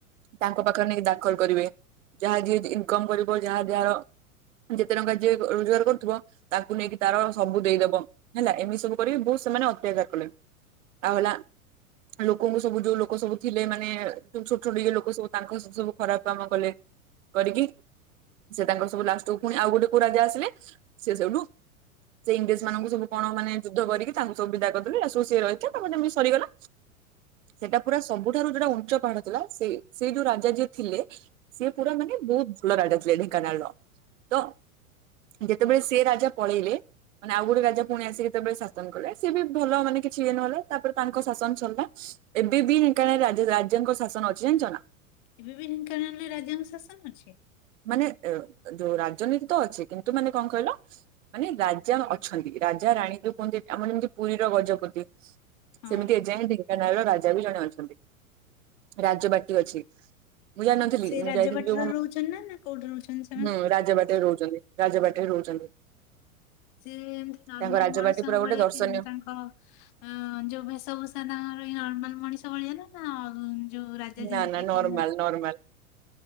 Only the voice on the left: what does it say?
ଏବେ ବି ଢେଙ୍କାନରେ ରାଜାଙ୍କ ଶାସନ ଅଛି?
ହଁ।
ସେ
ରାଜବାଟୀରେ
ରହୁଛନ୍ତି ନା ନା କୋଉଠି ରହୁଛନ୍ତି ସେମାନେ?
ସିଏ ଏମତି ନର୍ମାଲ
ମଣିଷଙ୍କ
ଭଳିଆ
ପି ତାଙ୍କ ଅ ଯୋଉ ଭେଶଭୂଷା ନା ଆମର ଏଇ ନର୍ମାଲ ମଣିଷ ଭଳିଆ ନା ନା? ଯୋଉ ରାଜା ଯେମିତି
ପିନ୍ଧନ୍ତି